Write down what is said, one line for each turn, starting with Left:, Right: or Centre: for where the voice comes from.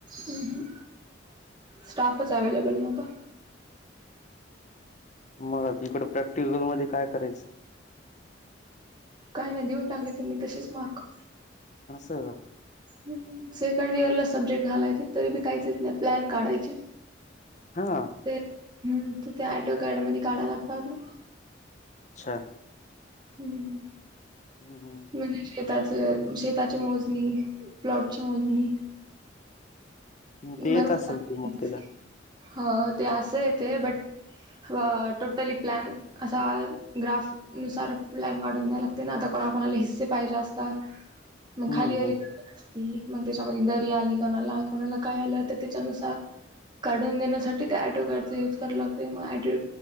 Right: अं हम्म. स्टाफच अवेलेबल नव्हता.
Left: मग आता इकडं प्रॅक्टिकलमध्ये काय करायचं?
Right: काय ना देऊन टाकले त्यांनी तसेच मार्क.
Left: असंय व्हय?
Right: हम्म सेकंड इयरला सब्जेक्ट झालाय ते तरी बी काहीच येत नाही प्लॅन काढायचे.
Left: हा.
Right: ते हम्म तर ते आयटो कारडमध्ये काढा लागतात ना.
Left: च्छा.
Right: हम्म हम्म हम्म.
Left: हम्म हम्म हम्म.
Right: म्हणजे शेताचे शेताची मोजणी प्लॉटची मोजणी.
Left: हम्म ते
Right: बरोबर
Left: येत असेल
Right: चालते
Left: मग
Right: ते
Left: तिला
Right: हो ते अस येतंय बट व टोटली प्लॅन असा ग्राफ. नुसार प्लॅन कााढून द्याय लागते ना आता कोणा कोणाला हिस्से पाहिजे असतात. मग
Left: हम्म
Right: खालीवर
Left: हम्म
Right: असती मग त्याच्यामध्ये दरी आली कोणाला कोणाला काय आलं तर त्याच्यानुसार. काढून देण्यासाठी ते ॲटो कार्डचा यूज करा लागते मग ॲटो